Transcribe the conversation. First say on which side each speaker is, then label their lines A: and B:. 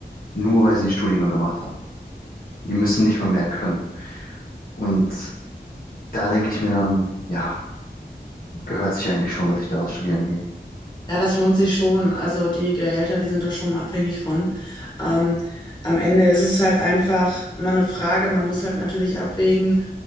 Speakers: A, on the left (about 55°); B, on the left (about 25°).
A: nur weil sie einen Studiengang gemacht haben. Die müssen nicht mal mehr können. Und da denke ich mir dann, ja, gehört sich eigentlich schon, dass ich da was studieren gehe.
B: Ja, das lohnt sich schon. Also die Gehälter, die sind da schon abhängig von. Ähm, am Ende ist es halt einfach mal eine Frage, man muss halt natürlich abwägen,